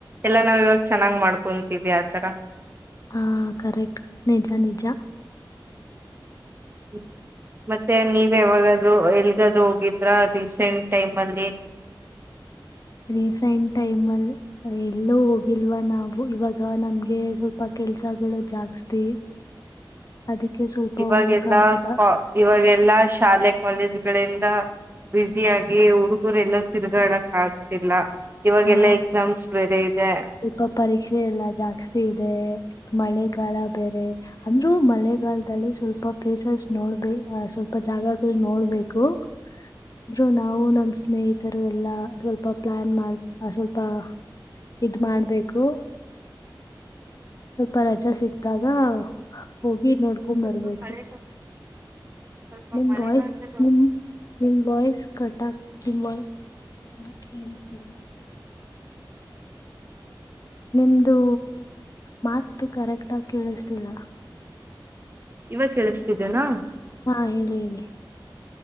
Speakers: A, on the right (about 30°); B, on the left (about 45°).
A: ಎಲ್ಲಾ ನಾವ್ ವ್ಯವಸ್ ಚೆನ್ನಾಗ ಮಾಡ್ಕೊಂತೀದಿಯಾ ಆತರ
B: ಹಾ ಕರೆಕ್ಟ್ ನಿಜ ನಿಜ
A: ಹ್ಮ್ ಮತ್ತೆ ನೀವ ಯಾವಾಗಾದರೂ ಎಲ್ಗಾದರೂ ಹೋಗಿದ್ರ ರೀಸೆಂಟ್ ಟೈಮ ಅಲ್ಲಿ
B: ರೀಸೆಂಟ್ ಟೈಮ್ ಅಲ್ಲಿ ಎಲ್ಲೋ ಹೋಗಿಲ್ವಾ ನಾವು ಇವಾಗ ನಮ್ಗೆ ಸ್ವಲ್ಪ ಕೆಲ್ಸಗಳು ಜಾಸ್ತಿ ಅದಕ್ಕೆ ಸ್ವಲ್ಪ
A: ಇವಾಗೆಲ್ಲ
B: ಹೋಗಕ್ ಆಗಿಲ್ಲ
A: ಕಾ ಇವಾಗೆಲ್ಲಾ ಶಾಲೆ ಕಾಲೇಜ್ಗಳಿಂದ ಬ್ಯುಸಿಯಾಗಿ ಹುಡುಗರೆ ಎಲ್ಲ ತಿರುಗಾಡಕ್ ಆಗ್ತಿಲ್ಲ. ಇವಾಗೆಲ್ಲಾ
B: ಹಾ
A: ಎಕ್ಸಾಮ್ಸ್ ಬೇರೆ ಇದೆ
B: ಸ್ವಲ್ಪ ಪರೀಕ್ಷೆ ಎಲ್ಲ ಜಾಸ್ತಿ ಇದೆ ಮಳೆ ಮಳೆಗಾಲ ಬೇರೆ ಅಂದ್ರರು ಮಳೆಗಾಲದಲ್ಲಿ ಸ್ವಲ್ಪ ಪ್ಲೇಸಸ್ ನೋಡ್ಬೇ ಸ್ವಲ್ಪ ಜಾಗಗಳು ನೋಡ್ಬೇಕು ಎಲ್ರು ನಾವು ನಮ ಸ್ನೇಹಿತರು ಎಲ್ಲಾ ಸ್ವಲ್ಪ ಪ್ಲಾನ್ ಮಾಡ ಆ ಸ್ವಲ್ಪ ಇದ್ ಮಾಡ್ಬೇಕು. ಸ್ವಲ್ಪ ರಜಾ ಸಿಕ್ತಾಗ ಹೋಗಿ ನೋಡ್ಕೊಂಬರ್ಬೇಕು.
A: ಸ್ವಲ್ಪ ಮಳೆ ಸ್ವಲ್ಪ
B: ನಿಮ್
A: ಮಳೆಗಾಲದಲ್ಲಿ
B: ವಾಯ್ಸ್ ನಿಮ ನಿಮ್ ವಾಯ್ಸ್ ಕಟ್ ಆಗ್ತಾ ನಿಮ್ ವಾಯ್ ವಾಯ್ಸ್ ಕೇಳಿಸತಿಲ್ಲ ನಿಮ್ದು ಮಾತು ಕರೆಕ್ಟ್ ಆಗ ಕೇಳಿಸತಿಲ್ಲ
A: ಇವಾಗ ಕೇಳಿಸತಿದ್ದೇನಾ
B: ಹಾ ಹೇಳಿ ಹೇಳಿ